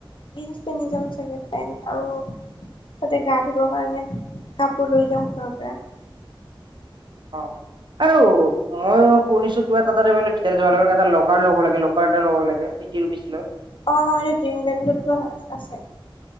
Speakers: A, on the left; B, on the right.
A: জীন্স পিন্ধি যাম চাগে? পেন্ট আৰু তাতে গা ধুবৰ কাৰণে কাপোৰ লৈ যাওঁ ঘৰৰ পৰা।
B: অ', আৰু মই শুনিছো কিবা এটা তাতে বোলে ভিতৰে যোৱা লকাৰ লব লাগে, লকাৰ এটা লব লাগে, ফিফটি ৰুপিচ লৈ।
A: অ', অ'। এই ড্ৰিমলেণ্ডতো আছে।